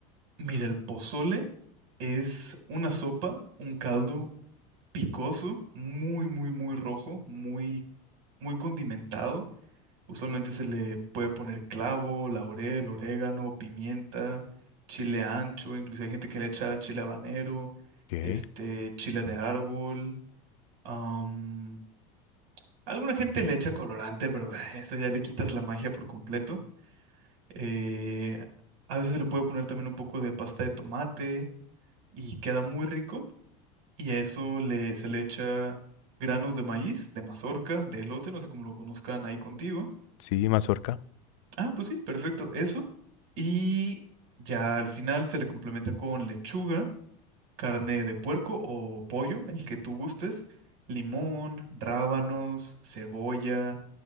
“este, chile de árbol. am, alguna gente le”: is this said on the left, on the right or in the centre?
Right